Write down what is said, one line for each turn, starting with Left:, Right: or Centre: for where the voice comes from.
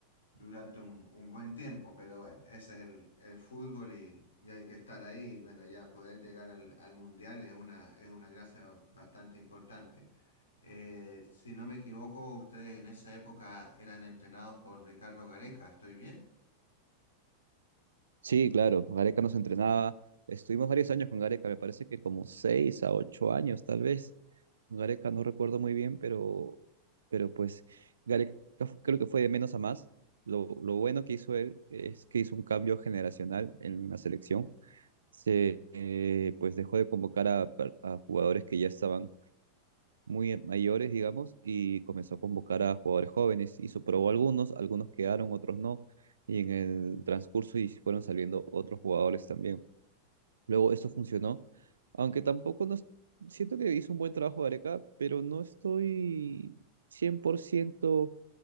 Left: durante un, un buen tiempo, pero bueno, ese es el, el fútbol y, y hay que estar ahí. y Bueno, ya poder llegar al, al mundial es una, es una gracia bastante importante. Eh, si no me equivoco, ustedes en esa época eran entrenados por Ricardo Gareca, ¿estoy bien?
Right: Sí, claro, Gareca nos entrenaba, estuvimos varios años con Gareca, me parece que como 6 a 8 años tal vez. Gareca no recuerdo muy bien, pero, pero pues Gareca fu- creo que fue de menos a más. Lo, lo bueno que hizo él es que hizo un cambio generacional en la selección se eh, pues dejó de convocar a, per- a jugadores que ya estaban muy mayores, digamos, y comenzó a convocar a jugadores jóvenes y probó algunos, algunos quedaron, otros no, y en el transcurso y fueron saliendo otros jugadores también. Luego esto funcionó, aunque tampoco nos siento que hizo un buen trabajo Gareca, pero no estoy 100%